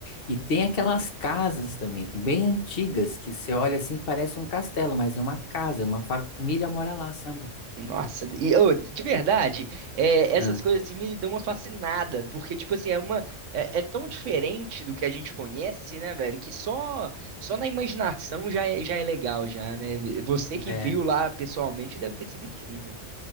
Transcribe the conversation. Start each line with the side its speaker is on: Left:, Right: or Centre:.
Left: E tem aquelas casas também, bem antigas, que você olha assim, parece um castelo, mas é uma casa, uma família mora lá, sabe?
Right: Nossa, e ô, de verdade, é, essas
Left: Ah.
Right: coisas assim me dão uma fascinada, porque tipo assim, é uma é, é tão diferente do que a gente conhece, né, velho, que só só na imaginação já é, já é legal já, né? Você que
Left: É.
Right: viu lá pessoalmente deve ter sido incrível.